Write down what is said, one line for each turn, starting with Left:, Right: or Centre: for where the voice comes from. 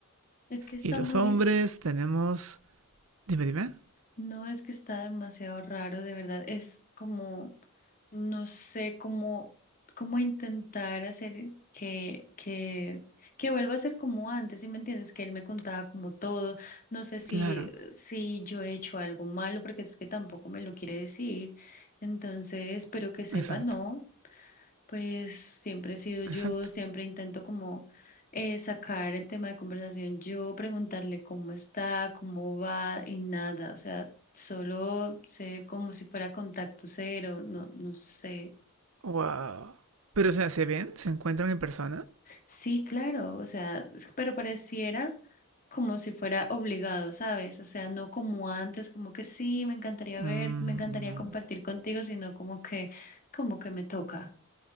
Left: Es que está
Right: Y los
Left: muy
Right: hombres tenemos... Dime, dime.
Left: No, es que está demasiado raro, de verdad. Es como, no sé cómo, cómo intentar hacer que, que, que vuelva a ser como antes, ¿sí me entiendes? Que él me contaba como todo. No sé si,
Right: Claro,
Left: si yo he hecho algo malo, porque es que tampoco me lo quiere decir. Entonces, pero que sepa,
Right: exacto,
Left: no. Pues siempre he sido yo,
Right: exacto.
Left: siempre intento como eh, sacar el tema de conversación, yo preguntarle cómo está, cómo va y nada, o sea, solo sé como si fuera contacto cero, no, no sé.
Right: Wow. Pero, o sea, ¿se ven? ¿Se encuentran en persona?
Left: Sí, claro, o sea, es- pero pareciera como si fuera obligado, ¿sabes? O sea, no como antes, como que sí, me encantaría verte,
Right: Mm,
Left: me encantaría compartir contigo, sino como que, como que me toca,